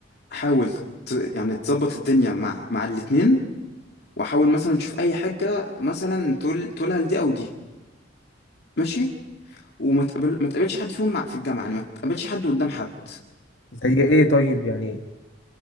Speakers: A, on the left; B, on the left.
A: حاول ت... يعني تظبط الدنيا مع مع الاتنين وحاول مثلا تشوف اي حاجه مثلا تقول تقولها لدي او دي ماشي وما تقابل ما تقابلش حد فيهم مع... في الجامعه يعني ما تقابلش حد قدام حد
B: زي ايه طيب يعني